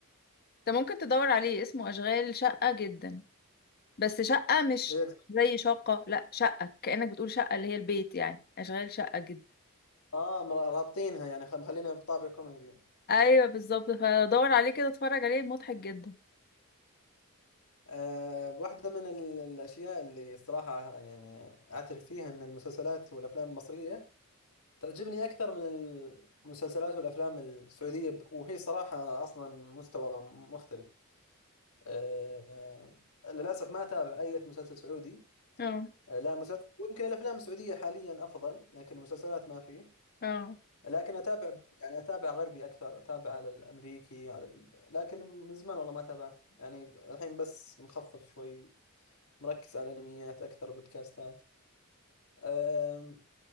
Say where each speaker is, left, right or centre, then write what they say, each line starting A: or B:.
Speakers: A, on the left (about 45°); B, on the left (about 75°).
A: انت ممكن تدور عليه اسمه اشغال شقة جدا بس شقة مش
B: إيه،
A: زي شقة لا شقة كأنك بتقول شقة اللي هي البيت يعني اشغال شقة جدا
B: اه مرا- رابطينها يعني خ- مخلينها بطابع كوميدي
A: ايوه بالظبط فدور عليه كده اتفرج عليه مضحك جدا
B: آه، واحدة من ال- الأشياء اللي صراحة يعني أعترف فيها أن المسلسلات والأفلام المصرية تعجبني أكثر من المسلسلات والأفلام السعودية ب- وهي صراحة أصلا مستوى مختلف أه آه، للأسف ما أتابع أي مسلسل سعودي
A: اه
B: أه لا مسلسل ويمكن الأفلام السعودية حاليا أفضل لكن المسلسلات ما فيه
A: اه
B: لكن أتابع يعني أتابع غربي أكثر أتابع على الأمريكي على ال... لكن من زمان والله ما تابعت يعني الحين بس مخفف شوي مركز على الأنميات أكثر بودكاستات أه